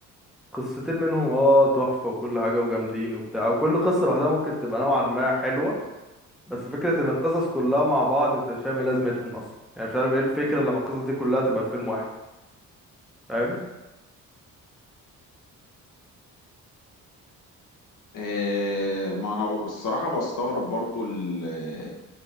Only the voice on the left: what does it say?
آه، ما انا ب- بصراحة بستغرب برضو ال- آه،